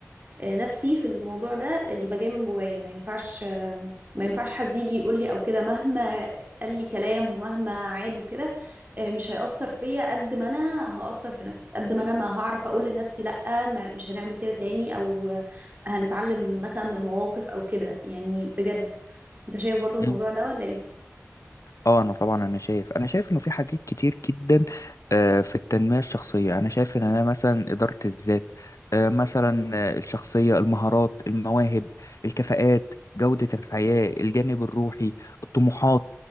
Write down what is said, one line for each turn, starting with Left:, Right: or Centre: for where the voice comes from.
Right: آه، نفسي في الموضوع ده يبقى جاي من جوايا ما ينفعش آه، ما ينفعش حد يجي يقول لي او كده مهما قال لي كلام ومهما عاد وكده آه، مش هيأثر فيا قد ما انا هأثر في نفسي قد ما انا ما هعرف اقول لنفسي لأ ما مش هنعمل كده تاني او آه، هنتعلم مثلا من المواقف او كده يعني بجد انت شايف برضو الموضوع
Left: م-
Right: ده ولا ايه
Left: اه انا طبعا انا شايف انا شايف انه في حاجات كتير جدا آه، في التنميه الشخصيه انا شايف ان انا مثلا اداره الذات آه، مثلا آه، الشخصيه المهارات المواهب الكفاءات جوده الحياه الجانب الروحي الطموحات